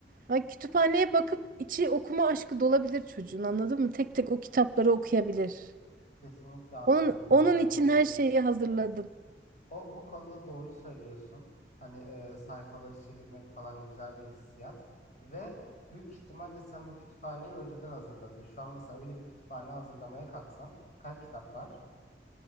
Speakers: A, on the right; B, on the left.
A: Ay, kütüphaneye bakıp içi okuma aşkı dolabilir çocuğun anladın mı? Tek tek o kitapları okuyabilir.
B: Kesinlikle anladım
A: Onun,
B: doğru
A: onun
B: söylüyorsun.
A: için her şeyi hazırladım.
B: O bu konuda doğru söylüyorsun. Hani e, sayfaları çevirmek falan güzel bir hissiyat ve büyük ihtimalle sen bu kütüphaneyi önceden hazırladın. Şu an mesela öyle bir kütüphane hazırlamaya kalksan kaç kitap var?